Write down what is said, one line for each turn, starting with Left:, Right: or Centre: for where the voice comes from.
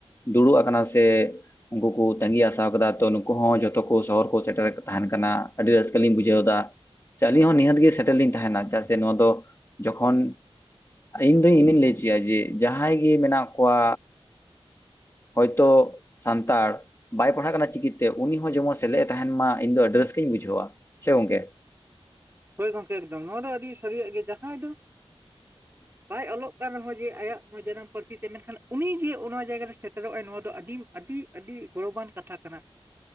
Left: ᱫᱩᱲᱩᱵ ᱟᱠᱟᱱᱟ ᱥᱮ ᱩᱱᱠᱩ ᱠᱚ ᱛᱟᱸᱜᱤ ᱟᱥᱟᱣ ᱠᱟᱫᱟ ᱛᱚ ᱱᱩᱠᱩ ᱦᱚᱸ ᱡᱷᱚᱛᱚ ᱠᱚ ᱥᱚᱦᱚᱨ ᱠᱚ ᱥᱮᱴᱮᱨ ᱛᱟᱦᱮᱱ ᱠᱟᱱᱟ ᱟᱹᱰᱤ ᱨᱟᱹᱥᱠᱟᱹ ᱞᱤᱧ ᱵᱩᱡᱷᱟᱹᱣ ᱫᱟ ᱥᱮ ᱟᱹᱞᱤᱧ ᱦᱚᱸ ᱱᱤᱦᱟᱹᱛ ᱜᱮ ᱥᱮᱴᱮᱨ ᱞᱤᱧ ᱛᱟᱦᱮᱱᱟ ᱪᱮᱫᱟᱜ ᱥᱮ ᱱᱚᱣᱟ ᱫᱚ ᱡᱚᱠᱷᱚᱱ ᱤᱧ <unintelligible> ᱟᱫᱚ ᱤᱧᱫᱩᱧ ᱞᱟᱹᱭ ᱠᱮᱭᱟ ᱡᱮ ᱡᱟᱦᱟᱸᱭ ᱜᱮ ᱢᱮᱱᱟᱜ ᱠᱚᱣᱟ ᱦᱚᱭᱛᱚ ᱥᱟᱱᱛᱟᱲ ᱵᱟᱭ ᱯᱟᱲᱦᱟᱜ ᱠᱟᱱᱟ ᱪᱤᱠᱤᱛᱮ ᱩᱱᱤ ᱦᱚᱸ ᱡᱮᱢᱚᱱ ᱥᱮᱞᱮᱫ ᱮ ᱛᱟᱦᱮᱱ ᱢᱟ ᱤᱧ ᱫᱚ ᱟᱹᱰᱤ ᱨᱟᱹᱥᱠᱟᱹᱧ ᱵᱩᱡᱷᱟᱹᱣᱟ ᱪᱮ ᱜᱟᱢᱠᱮ
Right: ᱦᱳᱭ ᱜᱚᱝᱠᱮ ᱮᱠᱫᱚᱢ ᱱᱚᱣᱟ ᱫᱚ ᱟᱹᱰᱤ ᱥᱟᱹᱨᱤᱭᱟᱜ ᱜᱮ ᱡᱟᱦᱟᱸᱭ ᱫᱚ ᱵᱟᱭ ᱚᱞᱚᱜ ᱠᱟᱱ ᱨᱮᱦᱚᱸ ᱡᱮ ᱟᱭᱟᱜ ᱱᱚᱣᱟ ᱡᱟᱱᱟᱢ ᱯᱟᱹᱨᱥᱤ ᱛᱮ ᱢᱮᱱᱠᱷᱟᱱ ᱩᱱᱤ ᱡᱮ ᱚᱱᱟ ᱡᱟᱭᱜᱟ ᱨᱮ ᱥᱮᱴᱮᱨᱚᱜᱼ ᱟᱭ ᱱᱚᱣᱟ ᱫᱚ ᱟᱹᱰᱤ ᱟᱹᱰᱤ ᱟᱹᱰᱤ ᱜᱚᱨᱚᱵᱟᱱ ᱠᱟᱛᱷᱟ ᱠᱟᱱᱟ